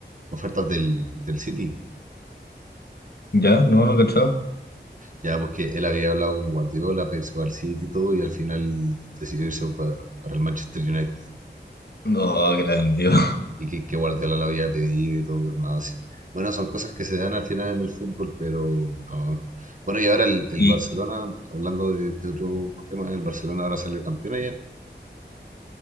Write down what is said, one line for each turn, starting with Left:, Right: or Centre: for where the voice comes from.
Right: ofertas del, del City.
Left: Ya, no, no cachaba.
Right: Ya, porque él había hablado con Guardiola para irse para el City y todo, y al final decidió irse pa- para el Manchester United.
Left: No, que la vendió. <laughs>
Right: Y que, que Guardiola lo había pedido y todo, pero nada así. Bueno, son cosas que se dan al final en el fútbol, pero no. Bueno, y ahora el, el
Left: ¿Y,
Right: Barcelona, hablando de, de otro tema, el Barcelona ahora salió campeón allá en